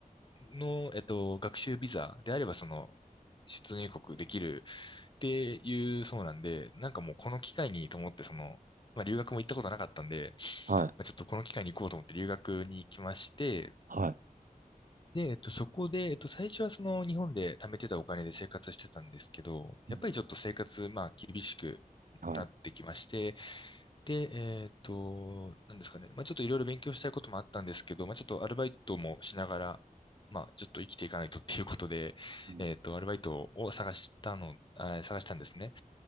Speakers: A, on the left (about 35°); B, on the right (about 65°).
A: の、えっと、学習ビザであれば、その、出入国できるっていうそうなんで、なんかもうこの機会にと思って、その、まあ、留学も行ったことなかったんで、
B: はい。
A: まあ、ちょっとこの機会に行こうと思って留学に行きまして、
B: はい。
A: で、えっと、そこで、えっと、最初はその日本で貯めてたお金で生活してたんですけど、
B: うん
A: やっぱりちょっと生活、まあ、厳しくなってきまして、
B: は
A: で、えっと、なんですかね、まあ、ちょっといろいろ勉強したいこともあったんですけど、まあ、ちょっとアルバイトもしながら、まあ、ちょっと生きていかないとっていうことで、
B: い。うん
A: えっと、アルバイトを探したの、あ、探したんですね。